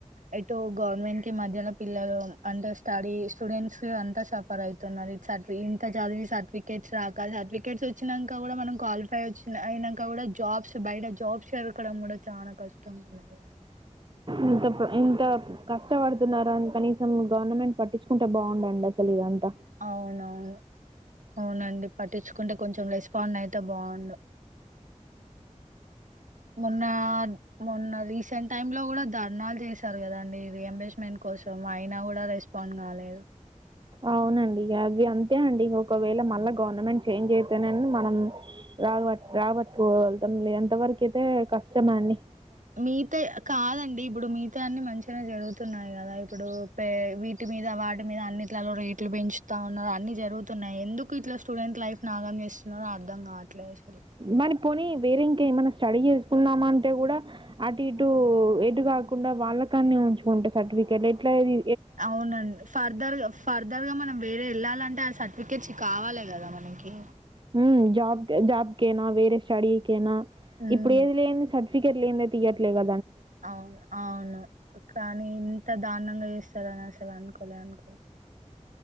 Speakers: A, on the right; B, on the right.
A: ఎటుో గవర్నమెంట్ కి మధ్యన పిల్లలు అంటే స్టడీ స్టుడ్ స్ అంతా సఫర్ అవుతున్నారు సార్ట్ ఇంత చదివి సర్టిఫికేట్స్ రాక సర్టిఫికేట్స్ వచ్చినంక కూడా మనం క్వాలిఫై వచ్చిన అయినంక కూడా జాబ్స్ బయట జాబ్స్ దొరకడం కూడా చానా కష్టంగా ఉన్నది కదండీ
B: ఇంత ఇంత కష్టపడుతున్నారని కనీసం గవర్నమెంట్ పట్టించుకుంటే బాగుండండి అసలు ఇదంతా
A: అవునవును అవునండి పట్టించుకుంటే కొంచెం రెస్పాండ్ అయితే బాగుండు మొన్న మొన్న రీసెంట్ టైమ్ లో కూడా ధర్నాలు చేశారు కదండి రి అంబే మేంట్ కోసం అయినా కూడా రెస్పాండ్ కాలేదు
B: అవునండి ఇగ అవి అంతే అండి ఇక ఒకవేళ మళ్ళా గవర్నమెంట్ చేంజ్ అయితేనని మనం రాగవట్ రాబట్టుకొగలతం లే అంతవరకయితే కష్టమే అండి
A: మిగతా కాదండి ఇప్పుడు మిగతా అన్నిీ మంచిగానే జరుగుతున్నాయి కదా ఇప్పుడు పె వీటి మీద వాటి మీద అన్నిట్లలో రేట్లు పెంచుతా ఉన్నారు అన్ని జరుగుతున్నాయి ఎందుకు ఇట్ల స్టూడెంట్ లైఫ్ నాగాం చేస్తున్నారో అర్థ కావట్లేదు అసలు
B: బని పోనీ వేరే ఇంకా ఏమై స్టడీ చేసుకున్నామ అంటే కూడా అటు ఇటు ఎటు కాకుండా వాళ్ళకాన్నే ఉంకుంటే సర్టిఫికెట్ ఎట్లాది
A: అవునండి ఫర్దర్గా ఫర్దర్ గా మనం వేరే వెళ్ళాలంటే ఆ స ఫికెట్స్ కావాలి కదా మనకి
B: ఉమ్ జాబ్ జాబ్కేనా వేరే స్టడీకేనా
A: ఉమ్,
B: ఇప్పుడు ఏది లేని స ఫికెట్ లేంది అయితే ఇయ్యట్లే గ
A: అవును అవును కానీ ఇంత దాని రనంగా చెస్తార ని అస్సలు అనుకూలే అనుక